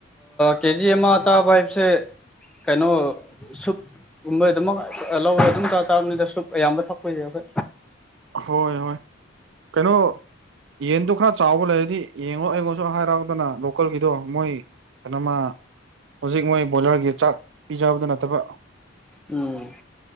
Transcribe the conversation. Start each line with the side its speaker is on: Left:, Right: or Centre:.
Centre: ꯀꯦꯖꯤ ꯑꯃ ꯆꯥꯕ ꯍꯥꯏꯕꯁꯦ ꯀꯩꯅꯣ ꯁꯨꯞ꯫ ꯀꯩꯨꯝꯕꯩ ꯗꯨꯃꯛ ꯂꯧꯔ ꯑꯗꯨꯝ ꯆꯥ ꯆꯥꯕꯅꯤꯗ ꯁꯨꯛ ꯑꯌꯥꯝꯕ ꯊꯛꯄꯁ ꯌꯥꯗꯦ꯫
Right: ꯍꯣꯏ ꯍꯣꯏ ꯀꯩꯅꯣ꯫ ꯌꯦꯟꯗꯣ ꯈꯔ ꯆꯥꯎꯕ ꯂꯩꯔꯗꯤ ꯌꯦꯡꯉꯣ ꯑꯩꯉꯣꯟꯁꯨ ꯍꯥꯏꯔꯛꯑꯣꯗꯅ ꯂꯣꯀꯦꯜꯒꯤꯗꯣ ꯃꯣꯏ ꯀꯩꯅꯣꯃ ꯍꯧꯖꯤꯛ ꯃꯣꯏ ꯕꯣꯏꯂꯔꯒꯤ ꯆꯥꯛ ꯄꯤꯖꯕꯗꯨ ꯅꯠꯇꯕ꯫
Centre: ꯎꯝ꯫